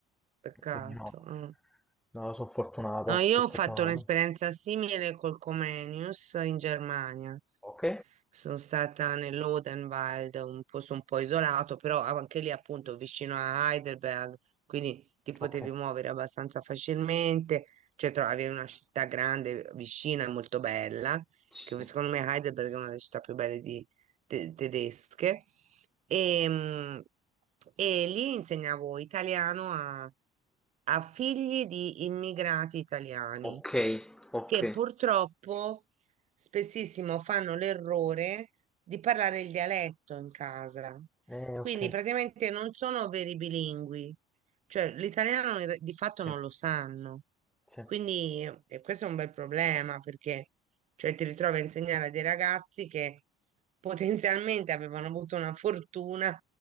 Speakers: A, on the right; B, in the centre.
A: peccato.
B: quindi no,
A: eh.
B: no, sono fortunato,
A: No, io
B: sono
A: ho
B: fortunato.
A: fatto un'esperienza simile col Comenius in Germania.
B: Ok?
A: Sono stata nell'Odenwald, un posto un po' isolato, però anche lì appunto vicino a Heidelberg, quindi ti potevi
B: Ok,
A: muovere abbastanza facilmente, cioè trovavi una città grande, vicina e molto bella,
B: Sì.
A: che secondo me Heidelberg è una delle città più belle di- te- tedesche. E, mm, e lì insegnavo italiano a a figli di immigrati italiani
B: Ok, ok.
A: che purtroppo spessissimo fanno l'errore di parlare il dialetto in casa.
B: eh,
A: Quindi
B: ok,
A: praticamente non sono veri bilingui, cioè l'italiano in re- di fatto
B: sì,
A: non lo sanno.
B: sì,
A: Quindi eh, questo è un bel problema perché cioè, ti ritrovi a insegnare a dei ragazzi che potenzialmente avevano avuto una fortuna,